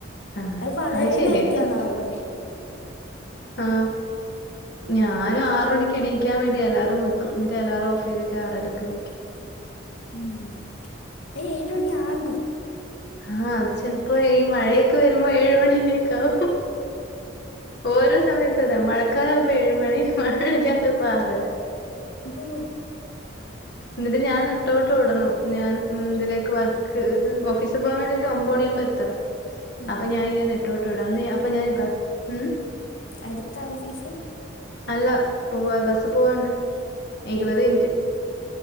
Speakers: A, on the left (about 55°); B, on the left (about 85°).
A: ആഹ്
B: വളരെ
A: അത് ശരിയാ
B: നേരത്തെയാണ് ആറ് മണി
A: ആ ഞാനും ആറ് മണിക്ക് എണീക്കാൻ വേണ്ടി അലാറം വെക്കും ന്നിട്ട് അലാറം ഓഫ് ചെയ്തിട്ട് ആറരക്കെണീക്കും
B: ഉം അത് ഏഴു മണി ആകും.
A: ആ അത് ചെിലപ്പോ ഈ മഴയൊക്കെ വരുമ്പോ ഏയു മണിയിലേക്കാകും ഓരോ സമയത്തതാ മഴക്കാലം ഏഴു മണി മഴയില്ലാത്തപ്പോ ആറര
B: ഓ
A: എന്നിട്ട് ഞാൻ നെട്ടോട്ട് ഓടണം ഞാൻ ഉം ഇതിലേക്ക് വർക്ക് ഇത് ഓഫീസിൽ പോവാണ്ടീട്ട് ഒമ്പത് മണിയാകുമ്പോ എത്തണം അപ്പൊ
B: ഓ
A: ഞാനിങ്ങനെ നെട്ടോട അന്ന് അപ്പൊ ഞാൻ ബസ് ഉം
B: അടുത്ത ഓഫീസ്
A: അല്ല പോവാ ബസ്സ് പോവാണ്ട് ഇരുപത്
B: ഓ
A: മിനിറ്റ്